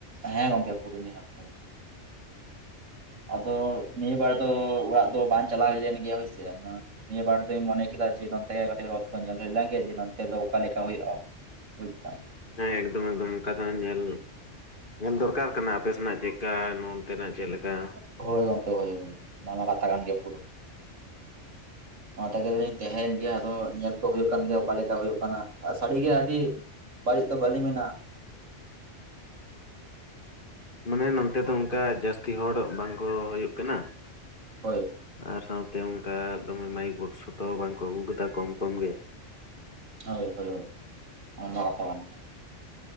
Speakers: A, on the right; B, on the left.
A: ᱦᱮᱸ ᱜᱚᱝᱠᱮ ᱯᱩᱨᱟᱹ ᱢᱤᱫ ᱦᱟᱯᱛᱟ ᱟᱫᱚ ᱱᱤᱭᱟᱹ ᱵᱟᱨ ᱫᱚ ᱚᱲᱟᱜ ᱫᱚ ᱵᱟᱝ ᱪᱟᱞᱟᱣ ᱞᱮᱱ ᱜᱮᱭᱟ ᱦᱳᱭᱥᱮ ᱟᱱᱚ ᱱᱤᱭᱟᱹ ᱵᱟᱨ ᱫᱚᱧ ᱢᱚᱱᱮ ᱠᱮᱫᱟ ᱡᱮ ᱱᱚᱛᱮ ᱠᱟᱹᱴᱤᱡ ᱨᱚᱛ ᱠᱚ ᱧᱮᱞ ᱦᱩᱭᱩᱜ ᱠᱮ ᱡᱮ ᱱᱚᱱᱛᱮ ᱫᱚ ᱚᱠᱟ ᱞᱮᱠᱟ ᱦᱩᱭᱩᱜᱼᱟ? ᱠᱚᱴ <unintelligible>
B: ᱦᱮᱸ ᱮᱠᱫᱚᱢ ᱮᱠᱫᱚᱢ ᱚᱝᱠᱟ ᱛᱮᱦᱚᱸ ᱧᱮᱞ ᱧᱮᱞ ᱫᱚᱨᱠᱟᱨ ᱠᱟᱱᱟ ᱟᱯᱮ ᱥᱮᱱᱟᱜ ᱪᱮᱜ ᱞᱮᱠᱟ ᱱᱚᱱᱛᱮ ᱱᱟᱜ ᱪᱮᱫ ᱞᱮᱠᱟ
A: ᱦᱳᱭ ᱜᱚᱢᱠᱮ ᱦᱳᱭ ᱦᱳᱭ ᱚᱱᱟᱢᱟ ᱠᱟᱛᱷᱟ ᱠᱟᱱ ᱜᱮ ᱯᱩᱨᱟᱹ ᱚᱱᱟ ᱛᱮᱜᱮᱞᱤᱧ ᱛᱟᱦᱮᱸᱭᱮᱱ ᱜᱮᱭᱟ ᱟᱫᱚ ᱧᱮᱞ ᱠᱚ ᱦᱩᱭᱩᱜ ᱠᱟᱱ ᱜᱮᱭᱟ ᱚᱠᱟ ᱞᱮᱠᱟ ᱦᱩᱭᱩᱜ ᱠᱟᱱᱟ ᱥᱟᱹᱨᱤ ᱜᱮ ᱟᱹᱰᱤ ᱵᱟᱹᱲᱤᱡ ᱫᱚ ᱵᱟᱹᱞᱤᱧ ᱢᱮᱱᱟ
B: ᱢᱟᱱᱮ ᱱᱚᱱᱛᱮ ᱫᱚ ᱚᱱᱠᱟ ᱡᱟᱹᱥᱛᱤ ᱦᱚᱲ ᱵᱟᱝᱠᱚ ᱦᱩᱭᱩᱜ ᱠᱟᱱᱟ
A: ᱦᱳᱭ
B: ᱟᱨ ᱥᱟᱶᱛᱮ ᱚᱱᱠᱟ ᱫᱚᱢᱮ ᱢᱟᱭᱤᱠ ᱵᱚᱠᱥ ᱦᱚᱸᱛᱚ ᱵᱟᱝ ᱠᱚ ᱟᱹᱜᱩ ᱠᱟᱫᱟ ᱠᱚᱢ ᱠᱚᱢ ᱜᱮ
A: <unintelligible>